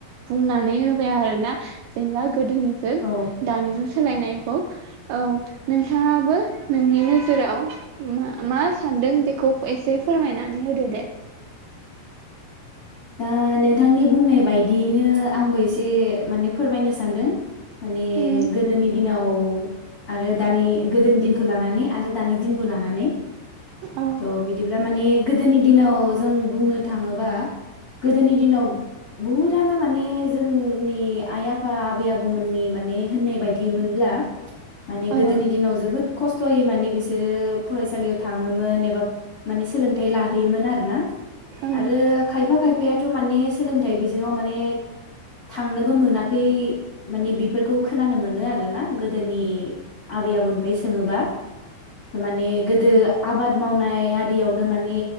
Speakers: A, on the right; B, on the left.
A: बुंनानै होबाय आरोना जेनेबा गोदोनि
B: औ
A: दानिजों सोलायनाय खौ औ नों बिथाङाबो नोंनि नोजोराव मा मा सानदों बेखौ एसे फोरमायनानै होदो दे
B: दा नोंथांनि बुंनाय बायदियैनो आंबो एसे से माने फोरमायनो सानदों माने
A: उम
B: गोदोनि दिनाव आरो दानि गोदोनि दिन खौ लानानै आरो दानि दिनखौ लानानै
A: औ
B: थ' बिदिब्ला माने गोदोनि दिनाव जों बुंनो थाङोबा गोदोनि दिनाव बहुतानो माने जोंनि आइ आफा आबै आबौमोननि माने होननाय बायदि मोनब्ला माने
A: औ
B: गोदोनि दिनाव जबो खस्थ सयै माने बिसोरो फरायसालियाव थाङोमोन एबा माने सोलोंथाइ लाहैयोमोन आरो ना
A: औ
B: आरो खायफायाथ' माने सोलोंथाइ बिजोंङाव माने थांनोबो मोनाखै माने बेफोरखौ खोनानो मोनो आरो ना गोदोनि आबै आबौनिफ्राय सोङोबा थारमाने गोदो आबाद मावनाय आरियावनो माने